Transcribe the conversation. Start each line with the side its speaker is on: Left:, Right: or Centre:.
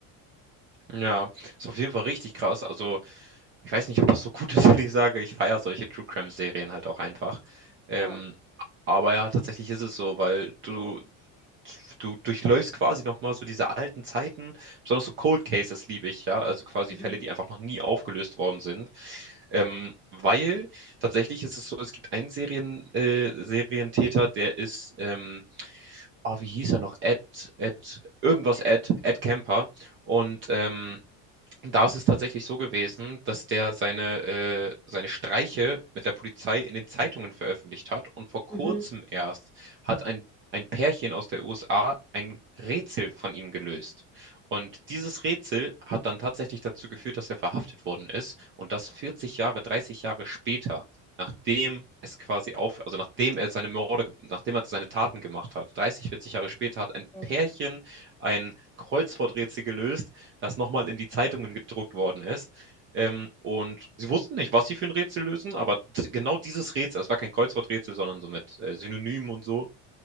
Right: Ja, ist auf jeden Fall richtig krass. Also ich weiß nicht, ob das so gut ist, <laughs> wenn ich sage, ich feiere solche True Crime Serien halt auch einfach. Ähm,
Centre: Ja.
Right: aber ja, tatsächlich ist es so, weil du du durchläufst quasi nochmal so diese alten Zeiten, besonders so Cold Cases liebe ich, ja, also quasi
Centre: Mhm.
Right: Fälle, die einfach noch nie aufgelöst worden sind. Ähm, weil tatsächlich ist es so, es gibt einen Serien, äh, Serientäter, der ist, ähm, ah, wie hieß er noch? Ed, Ed, irgendwas Ed, Ed Kemper. Und ähm, da ist es tatsächlich so gewesen, dass der seine, äh, seine Streiche mit der Polizei in den Zeitungen veröffentlicht hat und vor kurzem
Centre: Mhm.
Right: erst hat ein, ein Pärchen aus der USA ein Rätsel von ihm gelöst. Und dieses Rätsel hat dann tatsächlich dazu geführt, dass er verhaftet worden ist und das 40 Jahre, 30 Jahre später, nachdem es quasi auf, also nachdem er seine Morde, ge- nachdem er seine Taten gemacht hat, 30, 40 Jahre später hat ein
Centre: Das,
Right: Pärchen ein Kreuzworträtsel gelöst das nochmal in die Zeitungen gedruckt worden ist. Ähm, und sie wussten nicht, was sie für ein Rätsel lösen, aber genau dieses Rätsel, es war kein Kreuzworträtsel, sondern so mit äh, Synonymen und so,